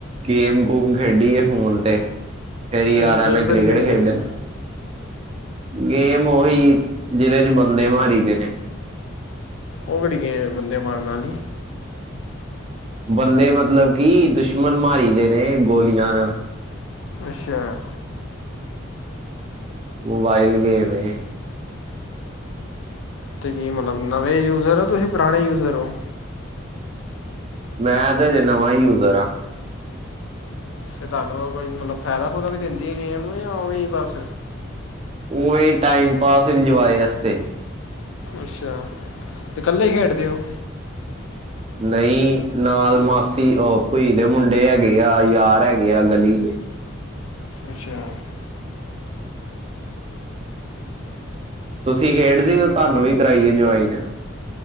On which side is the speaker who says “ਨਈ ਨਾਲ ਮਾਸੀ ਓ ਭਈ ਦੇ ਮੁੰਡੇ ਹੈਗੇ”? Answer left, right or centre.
Right